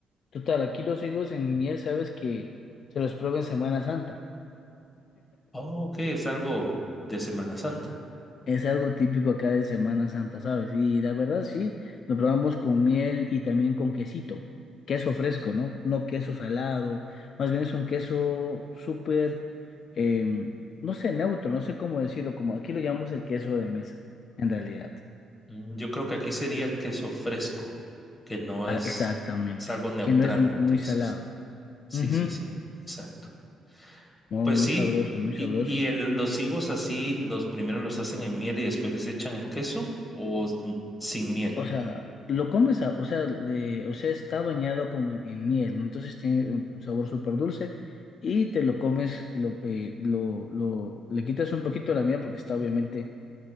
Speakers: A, on the left; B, on the left.
A: Total, aquí los higos en miel, sabes que se los prueba en Semana Santa.
B: Oh, ok, es algo de Semana Santa.
A: Es algo típico acá de Semana Santa, ¿sabes? Y la verdad sí, lo probamos con miel y también con quesito, queso fresco, ¿no? No queso salado, más bien es un queso súper, eh, no sé, neutro, no sé cómo decirlo, como aquí lo llamamos el queso de mesa, en realidad.
B: Mm, Yo creo que aquí sería el queso fresco, que no
A: Ah,
B: es,
A: exactamente,
B: es algo neutral,
A: que no es mu-
B: como
A: muy
B: tú dices.
A: salado.
B: Sí,
A: Ujú.
B: sí, sí, exacto.
A: No,
B: Pues
A: muy
B: sí,
A: sabroso, muy
B: y,
A: sabroso.
B: y el- los higos así, los primero los hacen en miel y después les echan el queso o s- sin miel,
A: O sea, lo comes, a- o sea, de- o sea, está bañado como en, en miel, ¿no? Entonces tiene un, un sabor súper dulce y te lo comes, lo, eh, lo, lo- le quitas un poquito la miel porque está obviamente